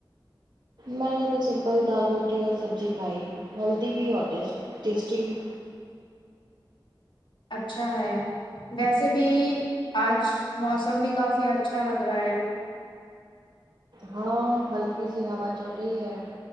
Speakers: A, on the right; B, on the left.
A: میں نے تو سمپل دال روٹی اور سبزی کھائی ہیلدی بھی اور ٹی ٹیسٹی بھی
B: اچھا ہے ویسے بھی آج موسم بھی کافی اچھا لگ رہا ہے
A: ہاں ہلکی سی ہوا چل رہی ہے